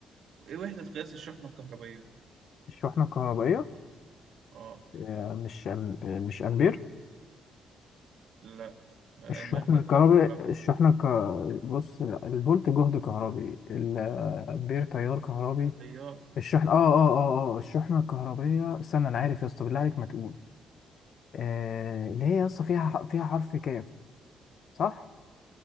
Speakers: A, on the right (about 65°); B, on the left (about 60°).
A: ايه وحده قياس الشحنه الكهربائيه
B: الشحنة الكهربائية
A: اه
B: آه، مش أم- آه، مش أمبير
A: لا ده
B: الشحن
A: امبير ده
B: الكهربي
A: تيار كهرباء
B: الشحنة ك... بص الفولت جهد كهربي الأمبير تيار كهربي
A: طيار
B: الشحن آه آه آه آه الشحنة الكهربية استنى أنا عارف يا اسطى بالله عليك ما تقول آه... اللي هي يا اسطى فيها ح- فيها حرف كاف صح؟